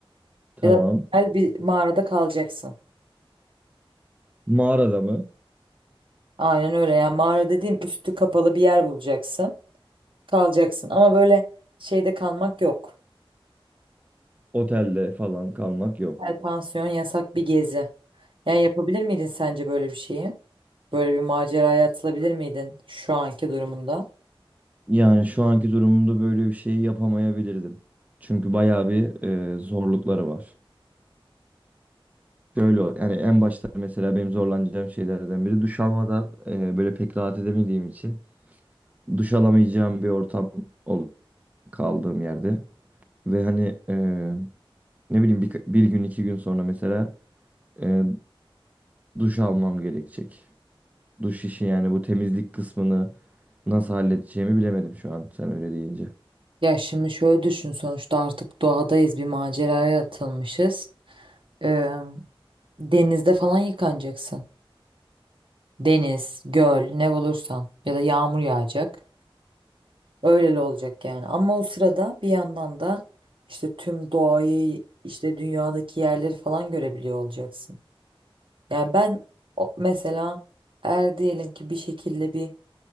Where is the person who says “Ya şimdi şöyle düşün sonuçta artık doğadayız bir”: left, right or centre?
Right